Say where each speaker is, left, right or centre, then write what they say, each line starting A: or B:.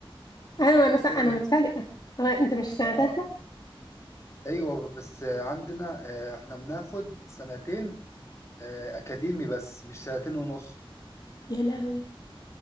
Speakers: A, on the left; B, on the left.
A: ايوه انا
B: الترم
A: س... انا متفاجئه
B: ده
A: هو انت مش في سنه
B: اه
A: تالته
B: ايوه بس آه، عندنا آه، احنا بناخد سنتين آه، اكاديمي بس مش سنتين ونص
A: يا لهوي